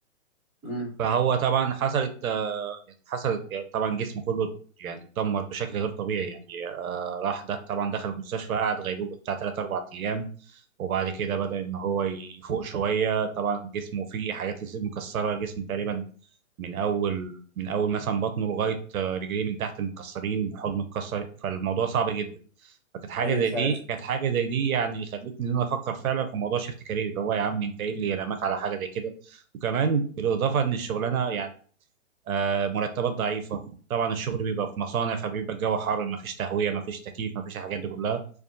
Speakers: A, in the centre; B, on the right.
A: أمم.
B: فهو طبعا حصلت آه، يعني حصل آه، طبعا جسمه كله يعني اتدمر بشكل غير طبيعي يعني آه، راح ده طبعا دخل المستشفى قعد غيبوبة بتاع 3 4 ايام وبعد كده بدأ ان هو يفوق شوية طبعا جسمه فيه حاجات مكسرة جسمه تقريبا من اول من اول مثلا بطنه لغاية آه، رجليه من تحت متكسرين حضنه متكسر فالموضوع صعب جدا فكانت حاجة
A: ايوه
B: زي
A: فعلا
B: دي كانت حاجة زي دي يعني خلتني ان انا افكر فعلا في موضوع شيفت كارير اللي هو يا عم انت ايه اللي رماك على حاجة زي كده وكمان بالاضافة ان الشغلانة يعني آه، مرتبات ضعيفه طبعا الشغل بيبقى في مصانع فبيبقى الجو حر ما فيش تهويه ما فيش تكييف ما فيش الحاجات دي كلها